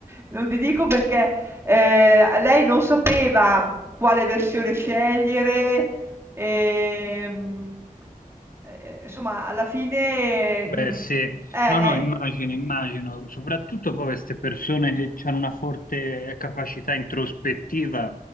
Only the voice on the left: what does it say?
Beh,
sì,
no, no, immagino, immagino, soprattutto poi queste persone che hanno una forte capacità introspettiva,